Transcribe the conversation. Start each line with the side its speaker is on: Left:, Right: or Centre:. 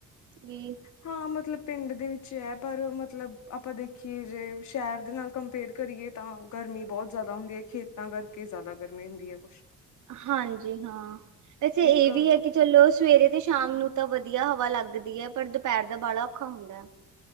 Right: ਵੀ
Left: ਹਾਂ ਮਤਲਬ ਪਿੰਡ ਦੇ ਵਿੱਚ ਹੈ ਪਰ ਮਤਲਬ ਆਪਾਂ ਦੇਖ ਦੇਖੀਏ ਜੇ ਸ਼ਹਿਰ ਦੇ ਨਾਲ ਕੰਮ ਪੇਅਰ ਕਰੀਏ ਤਾਂ ਗਰਮੀ ਬਹੁਤ ਜ਼ਿਆਦਾ ਹੁੰਦੀ ਹੈ ਖੇਤਾਂ ਕਰਕੇ ਜ਼ਿਆਦਾ ਗਰਮੀ ਹੁੰਦੀ ਹੈ ਕੁੱਛ
Right: ਹਾਂਜੀ ਹਾਂ ਵੈਸੇ
Left: ਇੱਕ
Right: ਇਹ ਵੀ ਹੈ ਕਿ ਚਲੋ ਸਵੇਰੇ ਤੇ ਸ਼ਾਮ ਨੂੰ ਤਾਂ ਵਧੀਆ ਹਵਾ ਲੱਗਦੀ ਹੈ ਪਰ ਦੁਪਹਿਰ ਦਾ ਬਾਲਾ ਔਖਾ ਹੁੰਦਾ ਹੈ।